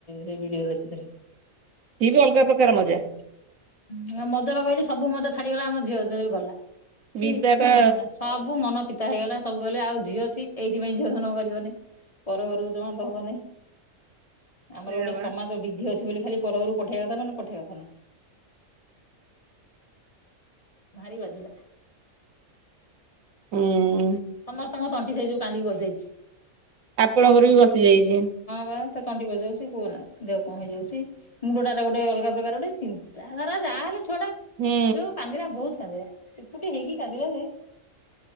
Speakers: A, on the left; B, on the right.
A: ସେ ଭିଡିଓ ଦେଖୁଥିଲି।
B: ସିଏ ବି ଅଲଗା ପ୍ରକାର ମଜା।
A: ହୁଁ ମଜା ବା କହିଲି ସବୁ ମଜା ଛାଡିଗଲା ଆମ ଝିଅ ଯେବେ ଗଲା। ଠିକ
B: ବିଦା
A: କୁହନା
B: ଟା
A: କୁହନା ସବୁ ମନ ପ ହେଇଗଲା ସବୁ କଲେ ଆଉ ଝିଅ ଅଛି ଏଇଥିପାଇଁ ଝିଅ ଜନମ କରିବନି। ପର ଘରକୁ ଜଣ ହବନାଇଁ। ଆମର
B: ସେଇଆ
A: ଗୋଟେ
B: ବା
A: ସମାଜ ବିଧି ଅଛି। ବୋଲି ଖାଲି ପରଘର କୁ ପଠେଇବା କଥା ନ ପଠେଇବା କଥା ନୁ। ଭାରି ବାଧିଲା।
B: ହୁଁ।
A: ସମସ୍ତଙ୍କ ତଣ୍ଟି ସେଇ ଯୋଉ କାନ୍ଦିକି ବସ୍ ଯାଇଛି।
B: ଆପଣଙ୍କର ବି ବସ ଯାଇଛି।
A: ବା ତଣ୍ଟି ବଜାଉଛି କୁହ ନା ଦେହ କଣ ହେଇଯାଉଛି ମୁଣ୍ଡ ଟାରେ ଗୋଟେ ଅଲଗା ପ୍ରକାର ଗୋଟେ ଚିନ୍ତା ଧାରା ଯାହାହଲେ ଛୁଆଟା
B: ହୁଁ
A: ଯୋଉ କାନ୍ଦିଲା ବହୁତ କାନ୍ଦିଲା। ଚିପୁଟି ହେଇକି କାନ୍ଦିଲ ଯେ